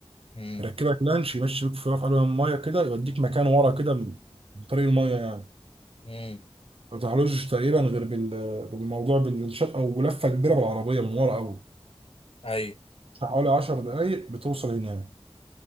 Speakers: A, on the left; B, on the right.
A: امم
B: يركبك لانش يمشي بيك في رفع علوها الميه كده يوديك مكان ورا كده من من طريق الميه يعني
A: امم
B: ما تروحلوش تقريبا غير بال- بالموضوع بالشقه او لفه كبيره بالعربيه من ورا قوي
A: ايوه
B: حوالي 10 دقايق بتوصل هناك